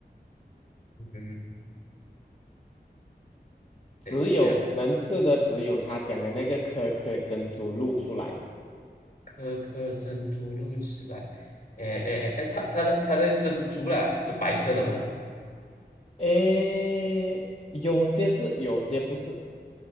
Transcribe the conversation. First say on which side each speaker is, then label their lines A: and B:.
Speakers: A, on the left; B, on the left.
A: 嗯，
B: 只有能吃的只有他讲的那个可可珍珠露出来。
A: 等一下，颗颗珍珠露出来。哎哎哎哎，它它的它的珍珠啦是白色的吗？
B: 嗯，诶，有些是，有些不是。